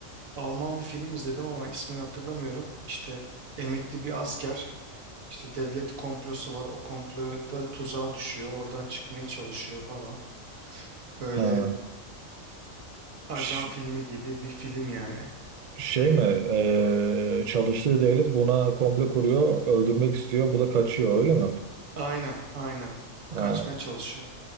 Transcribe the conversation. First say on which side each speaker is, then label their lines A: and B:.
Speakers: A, on the right; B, on the right.
A: Alman bir film izledim ama ismini hatırlamıyorum. İşte emekli bir asker. İşte devlet komplosu var. O komploda tuzağa düşüyor. Oradan çıkmaya çalışıyor falan. Böyle
B: Ha,
A: ajan
B: ş-
A: filmi gibi bir film yani.
B: şey mi? E, çalıştığı devlet buna komple kuruyor, öldürmek istiyor. Bu da kaçıyor öyle mi?
A: Aynen, aynen.
B: Ha,
A: Kaçmaya çalışıyor.